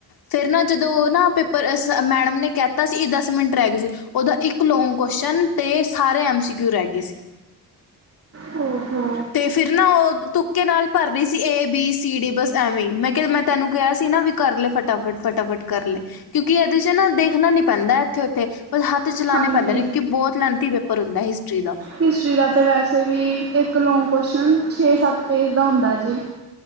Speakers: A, on the left; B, on the right.
A: ਫੇਰ ਨਾ, ਜਦੋਂ ਨਾ ਪੇਪਰ ਮੈਡਮ ਨੇ ਕਹਿਤਾ ਸੀ। ਇਹ ਦਸ ਮਿੰਟ ਰਹਿ ਗਏ ਸੀ। ਉਹਦਾ ਇੱਕ ਲੌਂਗ ਕੁਅਸ਼ਚਨ, ਤੇ ਸਾਰੇ ਐਮ ਸੀ ਕਿਊ ਰਹਿ ਗਏ ਸੀ।
B: ਹੋ- ਹੋ
A: ਤੇ ਫਿਰ ਨਾ ਉਹ ਤੁੱਕੇ ਨਾਲ ਭਰ ਰਹੀ ਸੀ, ਏ, ਬੀ, ਸੀ, ਡੀ, ਬਸ ਐਵੇ ਹੀ ਮੈਂ ਕਿਹਾ ਮੈਂ ਤੈਨੂੰ ਕਿਆ ਸੀ ਨਾ ਵੀ ਕਰ ਲੇ, ਫਟਾਫਟ- ਫਟਾਫਟ ਕਰ ਲੇ, ਕਿਉਂਕਿ ਇਹਦੇ ਚ ਨਾ ਦੇਖਣਾ ਨੀ ਪੈਂਦਾ ਇੱਥੇ ਉੱਥੇ ਬ ਹੱਥ ਚਲਾਉ
B: ਹਾਂਜੀ
A: ਪੈਂਦਾ ਨੇ। ਕਿਉਂਕਿ ਬਹੁਤ ਲੈਂਥੀ ਪੇਪਰ ਹੁੰਦਾ ਹਿਸਟਰੀ ਦਾ।
B: ਹਿਸਟਰੀ ਦਾ ਤਾਂ ਵੈਸੇ ਵੀ, ਇੱਕ ਲੌਂਗ ਕੁਅਸ਼ਚਨ ਛੇ ਸੱਤ ਪੇਜ ਦਾ ਹੁੰਦਾ ਜੀ।